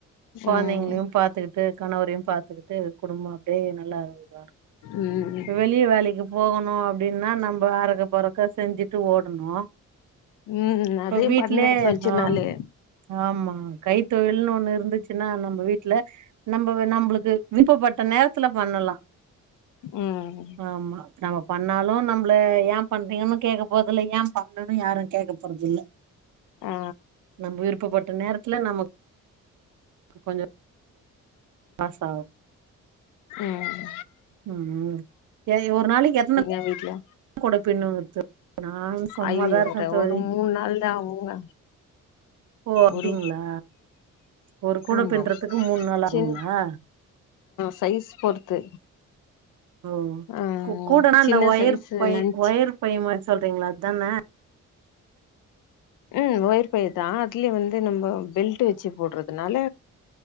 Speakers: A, on the right; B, on the left.
A: குழந்தைங்களையு
B: ம்
A: பாத்துக்கிட்டு கணவரையு பாத்துக்கிட்டு குடும்ப அப்டியே நல்லா இதா இருக்கு
B: ம்
A: வெளியே வேலைக்கு போகணு அப்டின்னா நம்ம அரக்க பறக்க செஞ்சுட்டு ஓடனு
B: ம்
A: இப்ப
B: அதையு
A: வீட்லயே
B: பண்ணே கொஞ்ச
A: ஆஹ்
B: நாளு
A: ஆமா கைத்தொழில்னு ஒண்ணு இருந்துச்சு நம்ம வீட்டுல நம்ம நம்மளுக்கு விருப்பப்பட்ட நேரத்துல பண்ணலா
B: ம்
A: ஆமா நம்ம பண்ணாலு நம்மள ஏன் பண்றேங்கனு கேட்க போறதில்லா ஏன் பண்ணும்னு யாரு கேக்க போறது இல்ல
B: ஆ
A: நம்ம விருப்பப்பட்ட நேரத்துல நம கொஞ்சோ பாச ஆ
B: ம்
A: உ ஒரு நாளைக்கு எத்தனை
B: ஏ வீட்லா
A: கொட பின்னுங்க தோழி நானு சும்மாதா
B: ஐயோ
A: இருக்கே
B: ஒரு
A: தோழி
B: ஒரு மூண் நாள் தா ஆகுங்க
A: ஓ அப்படிங்களா
B: ஒரு
A: ஒரு கூட
B: ஆமாம்
A: பின்னுறதுக்கு மூணு நாள்
B: சின்
A: ஆகுங்களா
B: சைஸ் பொறுத்து
A: ஓ
B: ஆ
A: கூ கூடனா அந்த
B: சின்ன
A: ஒயர்
B: சைஸு
A: பை
B: லன்ச்
A: ஒயர் பை மாரி சொல்றீங்களா அதுதானே
B: ம் ஒயிர் பையி தா அதுலயே வந்து நம்ம பெல்ட் வச்சு போடுறதுனால